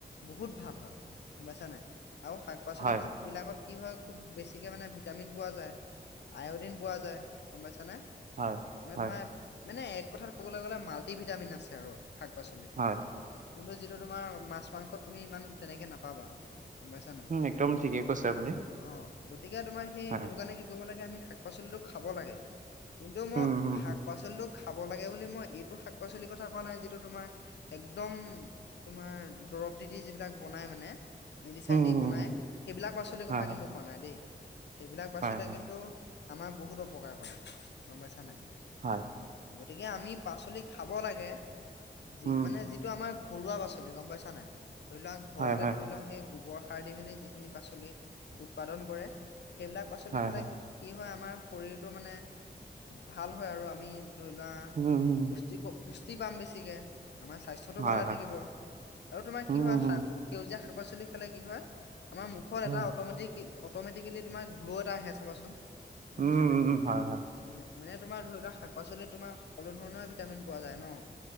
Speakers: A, on the left; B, on the right.
A: বহুত ভাল হয় গম পাইছা নাই আৰু শাক-পাচলি
B: হয়
A: বিচ বিলাকত কি হয় খুব বেছিকে মানে ভিটামিন পোৱা যায়, আয়দিন পোৱা যায় গম পাইছানে
B: হয়
A: মানে
B: হয়
A: তোমাৰ মানে এক কথাত কবলৈ গ'লে মাল্টি ভভিটামিন আছে আৰু শাক-পাচলিত।
B: হয়
A: কিন্তু যিটো তোমাৰ মাছ, মাংসত তুমি ইমান তেনেকে নাপাবা। গম পাইছা নাই?
B: উম একদম ঠিকেই কৈছে আপুনি।
A: অ গতিকে তোমাৰ সেই
B: হয়,
A: সেইটো কাৰণে কি কৰিব লাগে আমি শাক-পাচলীটো খাব লাগে। কিন্তু মই
B: উম, হুম,
A: শাক
B: হুম,
A: -পাচলীটোট খাব লাগে বুলি মই এইটো শাক-পাচলি কথা কোৱা নাই যিটো তোমাৰ একদম তোমাৰ দৰব দি দি যিবিলাক বনাই মানে, মেডিচিন
B: হুম,
A: দি
B: হুম,
A: বনাই
B: হুম।
A: সেইবিলাক পাচলিৰ
B: হয়,
A: কথা
B: হয়,
A: কিন্তু কোৱা নাই দেই সেইবিলাক পাচলি
B: হয়, হয়,
A: কিন্তু আমাৰ বহুত অপকাৰ কৰে। গম পাইছা নাই
B: হয়,
A: গতিকে আমি পাচলি খাব লাগে। যি
B: উম,
A: মানে যিটো আমাৰ ঘৰুৱা পাচলি গম পাইছা নাই ধৰি লোৱা ঘৰতে
B: হয়, হয়,
A: ধৰি লোৱা সেই গোবৰ সাৰ দি মেলি যিখিনি পাচলি উৎপাদন কৰে সেইবিলাক পাচলি
B: হয়,
A: খালে
B: হয়,
A: কি হয় আমাৰ শৰীৰটো মানে ভাল হয় আৰু আমি ধৰি লোৱা অহ
B: উম, উম,
A: পুষ্টিক পুষ্টি পাম বেছিকে আমাৰ স্বাস্থ্যতোও
B: হয়,
A: ভালে
B: হয়,
A: থাকিব। আৰু তোমাৰ
B: উম,
A: কি হয়
B: উম,
A: শাক সেউজীয়া শাক-পাচলি খালে কি হয় আমাৰ মুখত
B: উম,
A: এটা অট'মেটিক কি অটমেটিকেলি তোমাৰ গ্ল' এটা আহে চাবাচোন গম
B: উম,
A: পাইছা নাই
B: উম, হয়, হয়,
A: মানে মানে তোমাৰ ধৰি লোৱা শাক-পাচলিত তোমাৰ সকলো ধৰণৰ ভিটামিন পোৱা যায় ন